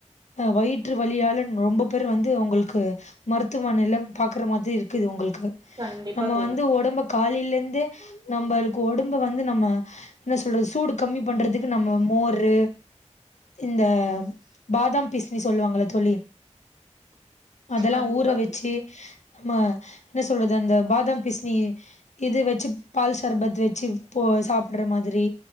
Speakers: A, on the left; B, on the right.
A: வயிற்று வழியால ரொம்ப பேர் வந்து உங்களுக்கு மருத்துவ மனல பாக்குற மாரி இருக்குது உங்களுக்கு
B: கண்டிப்பா
A: நம்ம
B: தோழி
A: வந்து உடம்பு காலயில இருந்தே நம்பர் கோடும் இப்ப வந்து நம்ம என்ன சொல்றது சூடு கம்மி பண்றதுகு நம்ம மோரு இந்தா பாதம் பிசி சி சொல்லுவாங்கள தோழி அதெல்லா
B: கண்டிப்பா
A: ஊற வச்சி
B: தோழி
A: நம்ம என்ன சொல்றது அந்த பாதாம் பீசினி இது வச்சு பால் சர்பத் வச்சு போ சாப்படுற மாரி